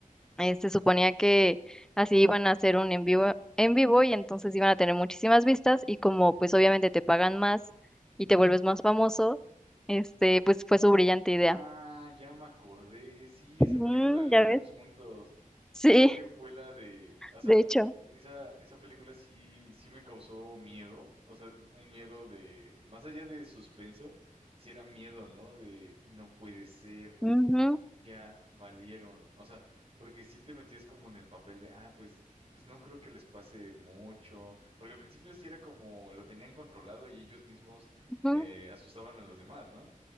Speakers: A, in the centre; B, on the right.
A: Eh, se suponía que así iban a hacer un en vivo, en vivo y entonces iban a tener muchísimas vistas y como pues obviamente te pagan más y te vuelves más famoso, este, pues fue su brillante idea.
B: Ah, ya me acordé. Sí, esa
A: Mm,
B: película la
A: ya
B: vimos
A: ves.
B: juntos.
A: Sí,
B: Creo que fue la de, o sea,
A: de hecho.
B: eh, esa esa película sí sí me causó miedo, o sea, un miedo de más allá de suspenso, sí era miedo, ¿no? De no puede ser.
A: Ujú,
B: ya valieron. O sea, porque si te metías como en el papel de, ah, pues, pues no creo que les pase mucho. Porque al principio sí era como lo tenían controlado y ellos mismos
A: ujú.
B: eh, asustaban a los demás, ¿no?